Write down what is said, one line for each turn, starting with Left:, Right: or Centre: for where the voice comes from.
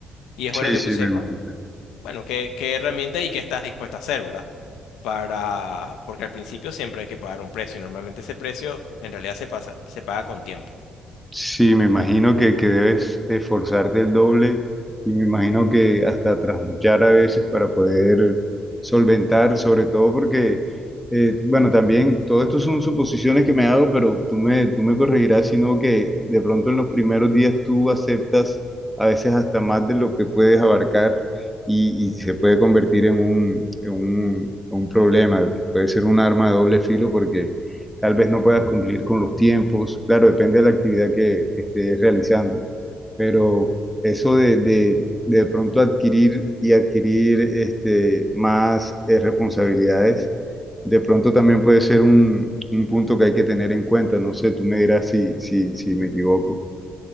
Left: Y es
Centre: Sí,
Left: bueno que
Centre: sí,
Left: tú sepas,
Centre: me imagino.
Left: bueno, qué, qué herramienta y qué estás dispuesto a hacer, ¿verdad? Para, porque al principio siempre hay que pagar un precio y normalmente ese precio en realidad se pasa, se paga con tiempo.
Centre: Sí, me imagino que, que debes esforzarte el doble y me imagino que hasta trasnochar a veces para poder solventar, sobre todo porque, eh, bueno, también todo esto son suposiciones que me hago, pero tú me, tú me corregirás, sino que de pronto en los primeros días tú aceptas a veces hasta más de lo que puedes abarcar y, y se puede convertir en un, en un, un problema, puede ser un arma de doble filo porque tal vez no puedas cumplir con los tiempos, claro, depende de la actividad que, que estés realizando, pero eso de, de, de pronto adquirir y adquirir este, más eh, responsabilidades, de pronto también puede ser un, un punto que hay que tener en cuenta, no sé, tú me dirás si, si, si me equivoco.